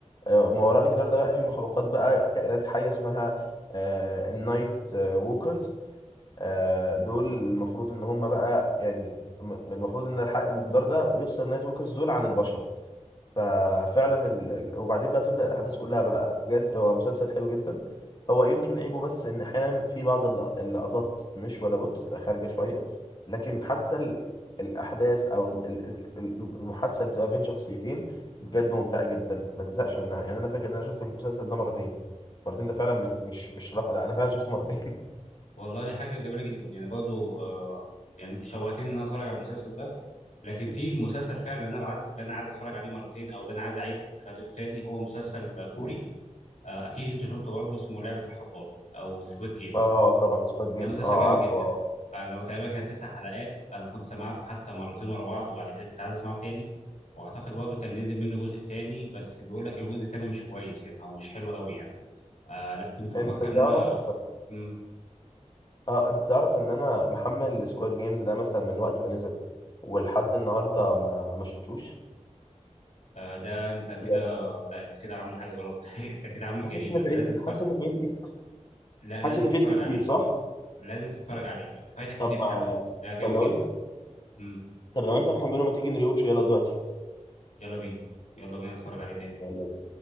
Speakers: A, on the left; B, on the left.
A: آه، ما وراء الجدار ده بقى فيه مخلوقات بقى كائنات حيه اسمها آه، النايت آه، ووكرز آه، دول المفروض ان هم بقى يعني م- المفروض ان الح- الجدار ده بيفصل النايت ووكرز دول عن البشر ففعلا ال... ال- وبعدين بقى بتبدأ الأحداث كلها بقى بجد هو مسلسل حلو جدا هو يمكن عيبه بس إن أحيانا في بعض اللق- اللقطات مش ولا بد تبقى خارجة شوية لكن حتى ال... الأحداث أو ال... ال- ال- المحادثة اللي بتبقى بين شخصيتين بجد ممتعة جدا ما تزهقش منها يعني أنا فاكر إن أنا شفت المسلسل ده مرتين مرتين ده فعلا مش مش مش رقم لا أنا فعلا شفته مرتين
B: والله دي حاجه جميله جدا يعني برضو آه، يعني انت شوقتني ان انا اتفرج على المسلسل ده لكن في المسلسل فعلا اللي انا الع- اللي انا عايز اتفرج عليه مرتين او اللي انا عايز اعيد مشاهدته تاني هو مسلسل كوري آه، اكيد انت شفته برضه اسمه لعبه الحبار او سكويد جيم
A: اه طبعا سكواد جيمز
B: ده مسلسل
A: اه
B: جامد
A: عارفه
B: جدا
A: اه
B: انا هو تقريبا كان تسع حلقات انا كنت سمعته حتى مرتين ورا بعض وبعد كده كنت عايز اسمعه تاني واعتقد برضه كان نزل منه جزء تاني بس بيقول لك الجزء التاني مش كويس يعني او مش حلو قوي يعني آه لا كنت بفكر
A: انت تعرف
B: ان انا مم.
A: اه انت تعرف ان انا محمل سكواد جيمز ده مثلا من وقت ما نزل ولحد النهارده ما ما شفتوش
B: آه ده انت كده
A: يعني
B: لا انت كده عامل حاجه غلط <laughs> انت كده عامل
A: حاسس
B: جريمه
A: ان
B: انت
A: فايتني
B: لازم تتفرج
A: حاسس ان فايتني
B: لا لازم
A: حاسس ان
B: تتفرج
A: فايتني كتير
B: عليه
A: صح
B: لازم تتفرج عليه انت فايتك كتير
A: طب ما
B: فعلا ده جامد
A: طب لو
B: جدا
A: انت
B: مم.
A: طب لو انت محمله ما تيجي نريوتش يلا دلوقتي
B: يلا بينا يلا بينا نتفرج عليه تاني
A: يلا